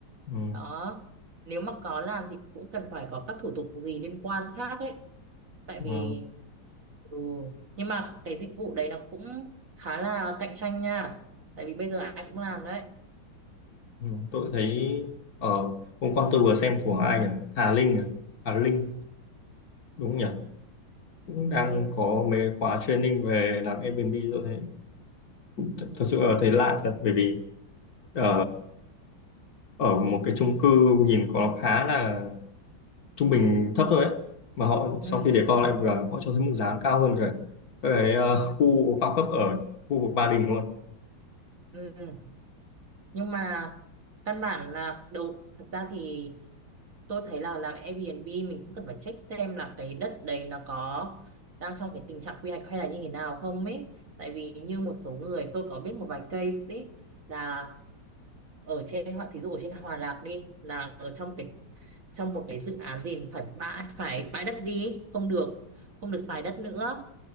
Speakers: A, on the left (about 50°); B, on the right (about 50°).
A: ừ.
B: đó nếu mà có làm thì cũng cần phải có các thủ tục gì liên quan khác ấy tại vì
A: Ờ,
B: ừ. nhưng mà cái dịch vụ đấy nó cũng khá là cạnh tranh nha tại vì bây giờ ai cũng làm đấy
A: ừ. tôi thấy ở hôm qua tôi vừa xem của ai nhỉ Hà Linh à? Hà Linh đúng không nhỉ cũng đang
B: ừ.
A: có mấy khóa training về làm Airbnb tôi thấy
B: Ừ.
A: thật thật sự là thấy lạ thật bởi vì ờ, ở một cái chung cư nhìn có khá là trung bình thấp thôi ấy mà họ sau
B: Ừ.
A: khi để con lại vừa họ cho thấy mức giá cao hơn cả các cái ờ,
B: Ừ.
A: khu cao cấp ở khu vực Ba Đình luôn
B: Ừ. nhưng mà căn bản là đầu thật ra thì tôi thấy là làm Airbnb mình cũng cần phải check xem là cái đất đấy nó có đang trong cái tình trạng quy hoạch hay là như thế nào không ấy tại vì như một số người tôi có biết một vài case ấy là ở trên Hòa- thí dụ ở trên Hòa Lạc đi là ở trong cái trong một cái dự án gì phải bãi phải bãi đất đi ấy, không được không được xài đất nữa